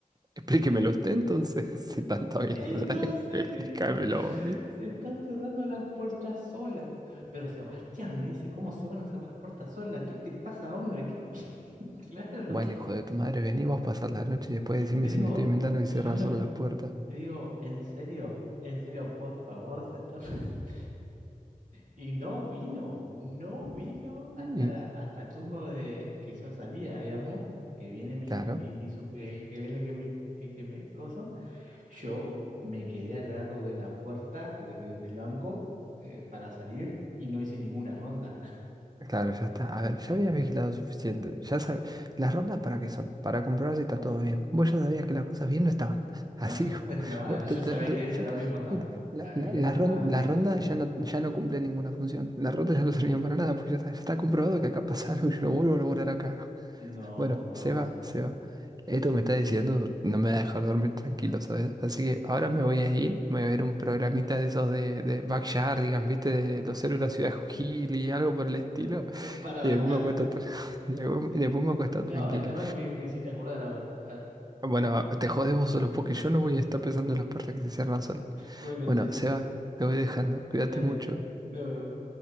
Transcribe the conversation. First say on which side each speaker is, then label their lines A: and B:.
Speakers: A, on the right (about 25°); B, on the right (about 60°).
A: Explíquemelo usted entonces, <laughs> si tanto viene
B: "Eh,
A: a hablar,
B: no sé,
A: explícamelo
B: le digo.
A: vos a mí.
B: Se están cerrando las puertas solas. Pero Sebastián me dice, ¿cómo se van a cerrar las puertas solas? ¿Qué te pasa, hombre? ¿Qué- <laughs> Claro,
A: Bueno, hijo de tu madre, vení vos a pasar la noche y después decime
B: le digo,
A: si me estoy inventando y cerrar
B: yo no,
A: solo las puertas.
B: le digo, en serio, en serio, por favor, se está-". <laughs> Y no vino, no vino hasta,
A: Y
B: la- hasta el turno de que yo salía, digamos, que viene mi,
A: claro,
B: mi, mi sup- el que viene que me, el que me coso. Yo me quedé al lado de la puerta de- del banco eh, para salir y no hice ninguna ronda.
A: claro, ya está. A ver, ya habías vigilado suficiente. Ya sabes, las rondas para qué son, para comprobar si está todo bien. Vos ya sabías que las cosas bien no estaban. <laughs> Así,
B: No,
A: hijo,
B: <laughs> no,
A: vos
B: yo
A: te- te-
B: sabía
A: te-
B: que de ese
A: ya
B: lado
A: te-
B: había un fantasma.
A: mira, la,
B: Había,
A: la, la ron-
B: había
A: la ronda
B: algo.
A: ya no, ya no cumple ninguna función. La ronda ya no sirvió para nada, porque ya está, ya está comprobado que acá pasa algo y yo no vuelvo a laburar acá.
B: No,
A: Bueno,
B: no,
A: se
B: vos
A: va,
B: sabés.
A: se va. Esto que me está diciendo no me va a dejar dormir tranquilo, ¿sabes? Así que ahora me voy a ir, me voy a ver un programita de esos de, de Backyardigans, ¿viste? De los héroes de la ciudad Hill y algo por el estilo.
B: <laughs> para bajar.
A: Y después me acuesto, tra- <laughs> y después
B: Sí.
A: y después me acuesto
B: No,
A: tranquilo.
B: el tema que me, me hiciste acordar ahora. Ahora.
A: Bueno, te jodes vos solo porque yo no voy a estar pensando en las puertas que se cierran solas.
B: Bueno,
A: Bueno,
B: che,
A: Seba, te voy dejando. Cuídate
B: dale.
A: mucho.
B: luego